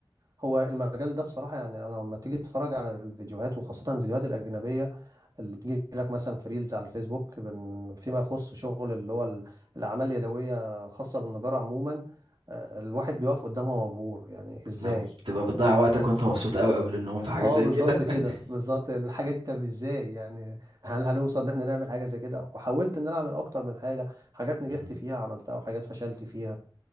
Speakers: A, on the right; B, on the right.
A: هو المجال ده بصراحة يعني أنا لما تيجي تتفرج على الفيديوهات وخاصة الفيديوهات الأجنبية اللي بتجي لك مثلا في ريلز على الفيسبوك بن- فيما يخص شغل اللي هو ال- الأعمال اليدوية الخاصة بالنجارة عموما آه، الواحد بيقف قدامها مبهور يعني إزاي؟
B: لو بتبقى بتضيع وقتك وانت مبسوط قوي قبل النوم في حاجة
A: اه
B: زي
A: بالظبط
B: كده <laughs>
A: كده بالظبط الحاجة دي طب ازاي يعني هل هنوصل ان احنا نعمل حاجة زي كده وحاولت ان انا اعمل اكتر من حاجة حاجات نجحت
B: مم.
A: فيها عملتها وحاجات فشلت فيها